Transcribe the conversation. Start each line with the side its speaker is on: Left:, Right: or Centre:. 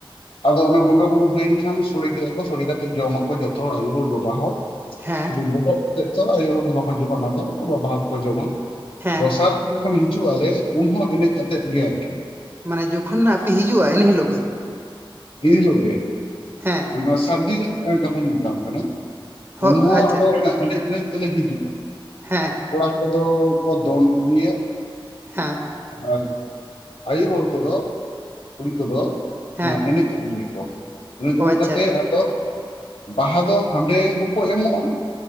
Left: ᱟᱫᱚ ᱚᱱᱟ ᱵᱚᱸᱜᱟ ᱵᱩᱨᱩ ᱦᱳᱭᱮᱱ ᱠᱷᱟᱱ ᱥᱚᱲᱮ ᱠᱮᱫᱟ ᱠᱚ, ᱥᱚᱲᱮ ᱠᱟᱛᱮ ᱡᱚᱢᱟᱠᱚ ᱡᱚᱛᱚ ᱦᱚᱲ ᱟᱭᱩ ᱦᱚᱲ, ᱵᱟᱵᱟ ᱦᱚᱲ
Right: ᱦᱮᱸ
Left: ᱥᱩᱫᱷᱩ ᱵᱚᱦᱚᱜ ᱛᱮᱫ ᱫᱚ ᱟᱭᱳ ᱦᱚᱲᱫᱚ ᱵᱟᱠᱚ ᱡᱚᱢᱟ ᱚᱱᱟᱫᱚ ᱵᱟᱵᱟ ᱦᱚᱲ ᱠᱚ ᱡᱚᱢᱟ
Right: ᱦᱮᱸ
Left: ᱫᱚᱥᱟᱨᱼᱼ ᱡᱚᱠᱷᱚᱱ ᱦᱤᱡᱩᱜ ᱟᱞᱮ ᱩᱱᱦᱚᱸ ᱮᱱᱮᱡ ᱠᱟᱛᱮᱫ ᱜᱮ ᱟᱨᱠᱤ
Right: ᱢᱟᱱᱮ ᱡᱚᱠᱷᱚᱱ ᱦᱟᱸᱜ ᱯᱮ ᱦᱤᱡᱩᱜᱼᱟ ᱤᱱᱟᱹ ᱦᱤᱞᱳᱜ ᱜᱮ
Left: ᱮᱱᱟᱹ ᱦᱤᱞᱳᱜ ᱜᱮ
Right: ᱦᱮᱸ
Left: ᱢᱟᱱᱮ ᱥᱟᱨᱫᱤ ᱨᱮᱱᱟᱜ ᱠᱟᱛᱷᱟᱧ ᱢᱮᱛᱟᱢ ᱠᱟᱱᱟ
Right: ᱦᱚ
Left: ᱩᱱᱦᱚᱸ
Right: ᱟᱪᱪᱷᱟ
Left: ᱟᱫᱚ ᱮᱱᱮᱡ ᱮᱱᱮᱡ ᱛᱮᱞᱮ ᱦᱤᱡᱩᱜᱼᱟ
Right: ᱦᱮᱸ
Left: ᱠᱚᱲᱟ ᱠᱚᱫᱚ ᱠᱚ, ᱫᱚᱱ ᱟᱜᱩᱭᱟ
Right: ᱦᱮᱸ
Left: ᱟᱨᱼᱼ ᱟᱭᱳ ᱦᱚᱲ ᱠᱚᱫᱚ, ᱠᱩᱲᱤ ᱠᱚᱫᱚ,
Right: ᱦᱮᱸ
Left: ᱚᱱᱟ ᱮᱱᱮᱡᱽ ᱟᱹᱜᱩᱭᱟᱠᱚ ᱩᱱᱤ <unintelligible>
Right: ᱚ ᱟᱪᱪᱷᱟ
Left: ᱠᱟᱛᱮᱫ ᱟᱫᱚᱼᱼ ᱵᱟᱦᱟ ᱫᱚ ᱦᱟᱸᱰᱮ ᱦᱚᱸᱠᱚ ᱮᱢᱚᱜᱼᱟ